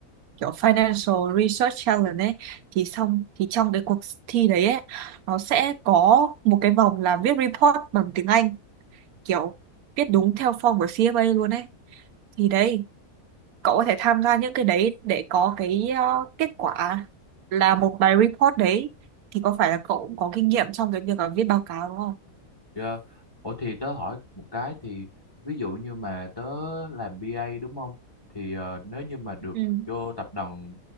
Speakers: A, on the right (about 80°); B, on the left (about 15°).
A: kiểu Financial Research Challenge ấy thì xong thì trong cái cuộc thi đấy ấy nó sẽ có một cái vòng là viết report bằng tiếng Anh kiểu viết đúng theo form của CFA luôn ấy thì đấy cậu có thể tham gia những cái đấy để có cái ờ, kết quả là một bài report đấy thì có phải là cậu cũng có kinh nghiệm trong cái việc là viết báo cáo đúng không?
B: Dạ. Ủa thì tớ hỏi một cái thì ví dụ như mà tớ làm bê A đúng không? Thì ờ, nếu như mà được
A: Ừ.
B: vô tập đoàn